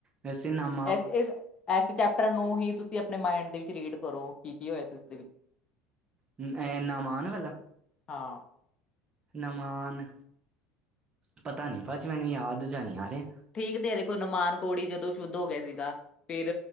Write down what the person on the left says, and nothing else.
ਏਸ-ਇਸ ਏਸ ਚੈਪਟਰ ਨੂੰ ਹੀ ਤੁਸੀਂ ਅਪਨੇ ਮਾਇੰਡ ਦੇ ਵਿੱਚ ਰੀਡ ਕਰੋ ਕੀ-ਕੀ ਹੋਇਆ ਸੀ ਉਸ ਦੇ ਵਿੱਚ।
ਹਾਂ।
ਠੀਕ ਤੇ ਹੈ ਦੇਖੋ, ਨਮਾਨ ਕੋੜੀ ਜਦੋਂ ਸ਼ੁੱਧ ਹੋ ਗਿਆ ਸੀਗਾ। ਫੇਰ